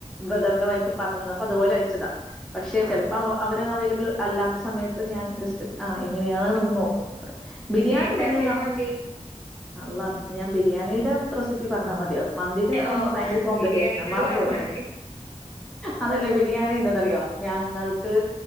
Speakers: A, in the centre; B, on the right.
A: ബ്രദറിന്റെ വൈഫ് പറഞ്ഞന്നപ്പൊ അതുപോലെ വെച്ചതാ പക്ഷെ
B: ആഹ്
A: ചിലപ്പോ അവരെ അവൈലബിൾ അല്ലാത്ത സമയത്ത് ഞാൻ ജസ്റ്റ് ആ എങ്ങനെയാണ്ന്ന് നോക്കും അത് ബിരിയാണി
B: എങ്ങനെ ഇണ്ടാക്കല്
A: പിന്നെ നമ്മ
B: മന്തി
A: അല്ലാഹ് ഞാൻ ബിരിയാണിടെ റെസിപ്പി പറഞ്ഞാൽ മതി യോ മന്തിയുടെ കാര്യം
B: ഓഹ്
A: എനിക്ക് ഭയങ്കര കോംപ്ലിക്കേഷന
B: ബിരിയാണീന്റത്
A: മറന്ന്
B: പറഞ്ഞാതി
A: പോവും അതല്ലേ ബിരിയാണി എന്താന്ന് അറിയോ യോ ഞങ്ങൾക്ക്